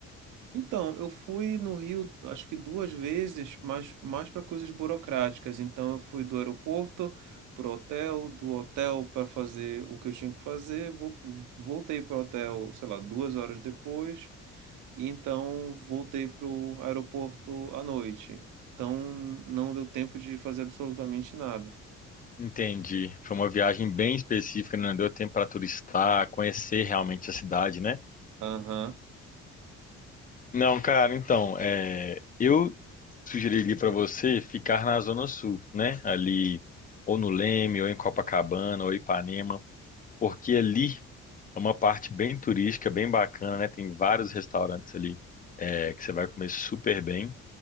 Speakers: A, on the right (about 85°); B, on the left (about 30°).
A: Então, eu fui no Rio, acho que duas vezes, mas mais para coisas burocráticas. Então, eu fui do aeroporto para o hotel, do hotel para fazer o que eu tinha que fazer, vo- voltei para o hotel, sei lá, duas horas depois, e então voltei para o aeroporto à noite. Então, não deu tempo de fazer absolutamente nada.
B: Entendi. Foi uma viagem bem específica, não deu tempo para turistar, conhecer realmente a cidade, né?
A: Aham,
B: Não, cara, então, é, eu sugeriria para você ficar na Zona Sul, né? Ali, ou no Leme, ou em Copacabana, ou Ipanema, porque ali É uma parte bem turística, bem bacana, né? Tem vários restaurantes ali é, que você vai comer super bem.